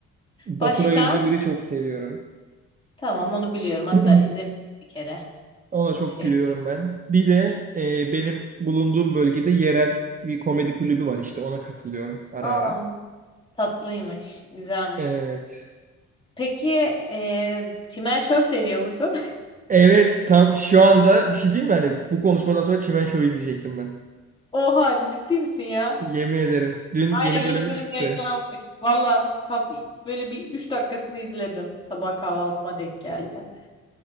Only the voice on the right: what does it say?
Baturay
Özdemir'i çok seviyorum.
<clears throat>
Ona çok
gülüyorum ben. Bir de e, benim bulunduğum bölgede yerel bir komedi kulübü var işte ona katılıyorum ara
ara.
Evet.
Evet tam şu anda bir şey diyeyim mi? Hani bu konuşmadan sonra Çimen Show izleyecektim ben.
Yemin ederim. Dün
yeni
bölümü
çıktı.